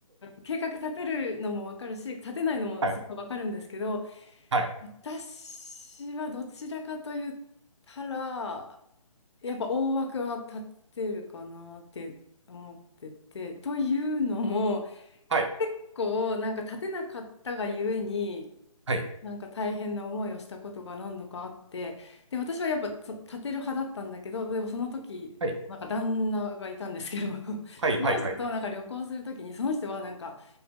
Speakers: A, on the left (about 50°); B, on the right (about 55°).
A: 計画立てるのもわかるし、立てないのもすごいわかるんですけど、
B: はい、はい、
A: 私はどちらかと言ったら、やっぱ大枠は立てるかなって思ってて、というのも、
B: はい、
A: 結構なんか立てなかったがゆえに、
B: はい、
A: なんか大変な思いをしたことが何度かあって、で、私はやっぱそ立てる派だったんだけど、例えばその時、
B: はい、
A: なんか旦那がいたんですけど、<laughs>
B: はい、
A: その人となんか旅行する時に、
B: はい、はい。
A: その人はなんか、